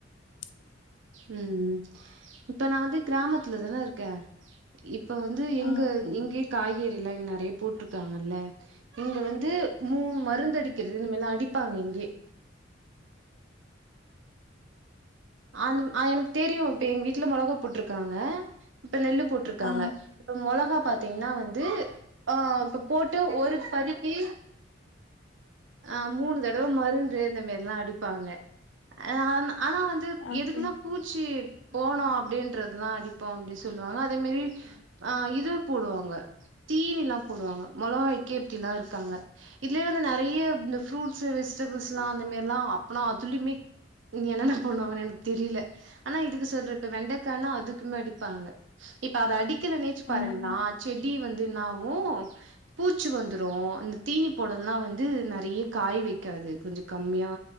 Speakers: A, on the left (about 70°); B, on the right (about 80°).
A: ச்ச
B: உ உம் இப்ப நா வந்து கிராமத்துல தானே இருக்கே இப் இப்ப வந்து எங்க
A: ஆ,
B: இங்கே காய்கறிலா இங்க நெறைய பூட்டுத்தாங்கல்லே இங்க வந்து மூணு மருந்தடிக்கறினுமெலா அடி டிப்பாங்க இங்கே ஆந்தும் ஆ எனக் தெரியு இப்ப எங்க வீட்ல மொளகா போட்டிருக்காங்க நெல்லு போட்டுருக்காங்க
A: ஆ,
B: இப்ப மொளகா பாத்தீங்னா வந்து ஆ இப்ப போட் டு ஒரு பதிக்கி அ மூணு தடவ மருந்து இந்தமறில்லா அடிப்பாங்க அ ஆமா ஆனா வந்
A: ஓகே.
B: எதுக்குன்னா பூச்சிப் போனோம் அப்படின்றதுதான் அடிப்போம் அப்படின் சொல்லுவாங்க அதே மாதிரி ஆஹ் இது போடுவாங்க தீனிலா போடுவாங்க மொளகாய்க்கே இப்படில்லா இருக்காங்க இதுலயே வந்து நிறைய இந்த ஃப்ரூட்ஸ் வெஜிடபிள்ஸ்ல்லா அந்த மாரில்லாம் அப்பளா அதுலயுமே என்னென்ன பண்ணுவாங்க ந தெரியல ஆனா இது சொல்றப்ப வெண்டக்கானா அதுக்குமே அடிப்பாங்க இப்ப அத அடி கில்ல நேச் பாருங்களா
A: ம்.
B: செடி வந் தின்னாகு பூச்சி வந்துரு இந்த தீனி போட எல்லா வந்து நெறைய காய் வைக்காது கொஞ்ச கம்மியா